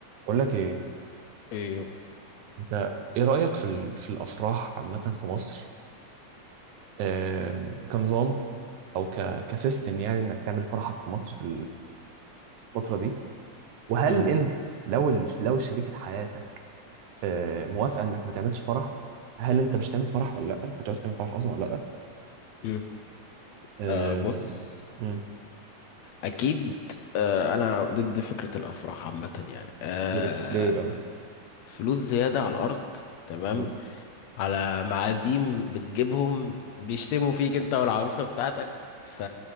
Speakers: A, on the right (about 85°); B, on the left (about 70°).
A: بقول لك ايه
B: ايه يابا
A: انت ايه رأيك في ال- في الافراح عامة في مصر آم، كنظام او ك كسيستم يعني انك تعمل فرحك في مصر في الفترة دي وهل
B: مم.
A: انت لو ال- لو شريكة حياتك آه، موافقة انك ما تعملش فرح هل انت مش هتعمل فرح ولا لا هتعوز تعمل فرح اصلا ولا لا
B: مم.
A: آم،
B: آه بص
A: مم.
B: اكيد آه انا ضد فكرة الافراح عامة يعني آه
A: ليه ليه بقى
B: فلوس زيادة على الارض تمام
A: مم.
B: على معازيم بتجيبهم بيشتموا فيك انت والعروسة بتاعتك ف